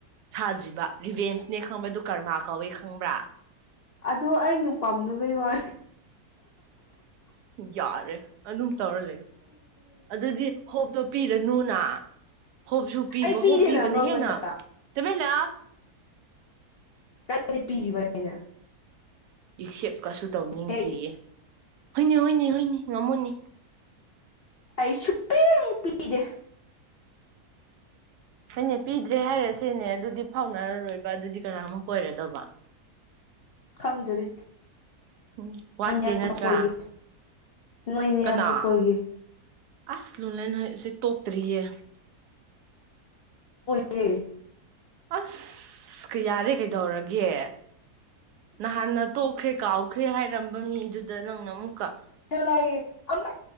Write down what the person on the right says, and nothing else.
ꯁꯥꯗ꯭ꯔꯤꯕ ꯚꯦꯟꯁꯅꯦ ꯈꯪꯕ ꯑꯗꯨ ꯀꯔꯃꯥ ꯀꯧꯋꯦ ꯈꯪꯕ꯭ꯔꯥ
ꯌꯥꯔꯦ ꯑꯗꯨꯝ ꯇꯧꯔ ꯂꯩ ꯑꯗꯨꯗꯤ ꯍꯣꯞꯇꯣ ꯄꯤꯔꯅꯨꯅ ꯍꯣꯞꯁꯨ ꯄꯤꯕ
ꯍꯣꯞꯄꯤꯕꯅ
ꯍꯦꯟꯅ ꯆꯃꯦꯂ
ꯑꯦꯛꯁꯦꯞꯀꯁꯨ ꯇꯧꯅꯤꯡꯗ꯭ꯔꯤꯌꯦ
ꯍꯣꯏꯅꯦ ꯍꯣꯏꯅꯤ ꯍꯣꯏꯅꯤ ꯉꯝꯃꯨꯅꯤ
ꯍꯅꯦ ꯄꯤꯗ꯭ꯔꯦ ꯍꯥꯏꯔꯁꯦꯅꯦ ꯑꯗꯨꯗꯤ ꯐꯥꯎꯅꯔꯔꯣꯏꯕ ꯑꯗꯨꯗꯤ ꯀꯅꯥꯃꯨꯛ ꯑꯣꯏꯔꯗꯧꯕ
ꯎꯝ ꯋꯥꯠꯇꯦ
ꯅꯠꯇ꯭ꯔꯥ
ꯀꯅꯥ
ꯑꯁ ꯂꯨꯂꯁꯦ ꯇꯣꯛꯇ꯭ꯔꯤꯌꯦ
ꯑꯁ ꯌꯥꯔꯦ ꯀꯩꯗꯧꯔꯒꯦ ꯅꯍꯥꯟꯅ ꯇꯣꯛꯈ꯭ꯔꯦ ꯀꯥꯎꯈ꯭ꯔꯦ ꯍꯥꯏꯔꯝꯕ ꯃꯤꯗꯨꯗ ꯅꯪꯅ ꯑꯃꯨꯛꯀ